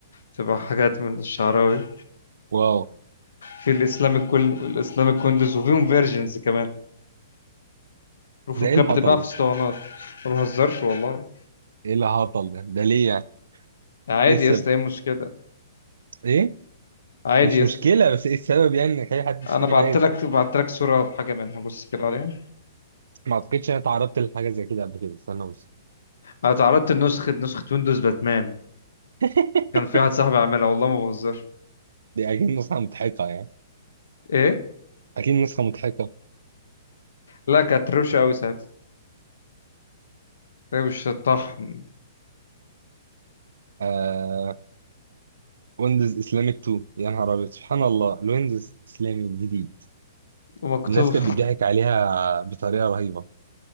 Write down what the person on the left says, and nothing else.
بتبقى حاجات من الشعراوي
في الإسلامك كل الإسلامك ويندوز وفيهم فيرجنز كمان وفيهم
كانت
بتتباع في
اسطوانات ما بهزرش والله
عادي
يا اسطى ايه المشكلة
عادي
يا
اسطى
أنا بعت
لك بعت لك صورة لحاجة منها بص كده عليها
أنا تعرضت لنسخة نسخة ويندوز باتمان
كان في واحد صاحبي عاملها والله ما بهزرش
إيه؟
لا كانت روشة أوي ساعتها هي مش الطحن
ومكتوب